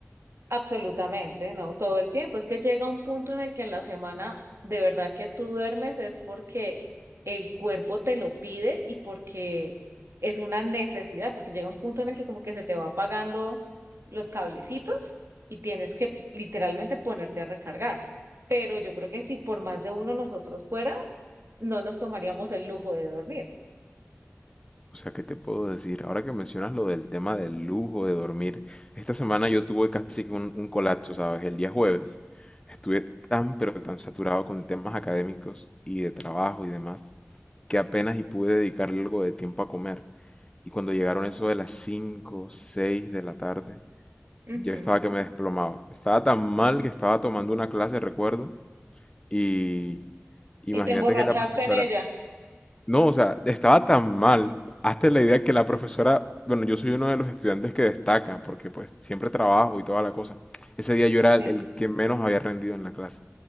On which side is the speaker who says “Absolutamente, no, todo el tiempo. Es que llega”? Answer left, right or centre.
Right